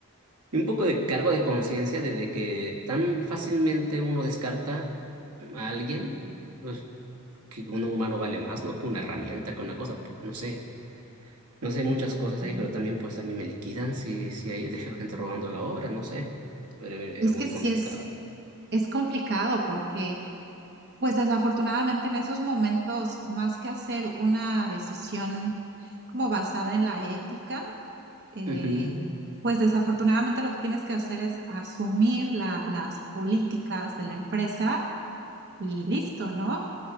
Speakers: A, on the right; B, on the right.
A: y un poco de cargo de conciencia de, de que tan fácilmente uno descarta a alguien. pues que un humano vale más, ¿no? Que una herramienta, que una cosa, pu- no sé. No sé, muchas cosas
B: Continúa.
A: ahí, pero también pues a mí me liquidan si, si hay, dejo gente robando la obra, no sé. Era, era
B: Es
A: muy
B: que sí
A: complicado.
B: es, es complicado porque, pues desafortunadamente en esos momentos, más que hacer una decisión como basada en la ética, eh,
A: Ujú,
B: pues desafortunadamente lo que tienes que hacer es asumir la- las políticas de la empresa y listo, ¿no?